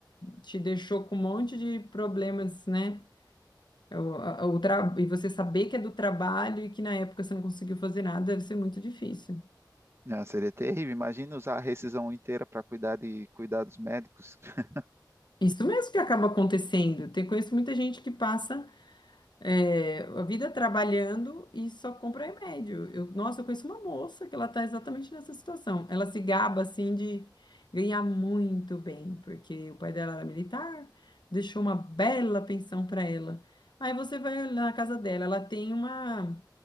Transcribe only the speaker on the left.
te deixou com um monte de problemas, né? O, a- o tra- E você saber que é do trabalho e que na época você não conseguiu fazer nada, deve ser muito difícil.
Isso mesmo que acaba acontecendo. Tem, conheço muita gente que passa. É, a vida trabalhando e só compra remédio. Eu, nossa, eu conheço uma moça que ela está exatamente nessa situação. Ela se gaba assim de ganhar muito bem, porque o pai dela era militar, deixou uma bela pensão para ela. Aí você vai na casa dela, ela tem uma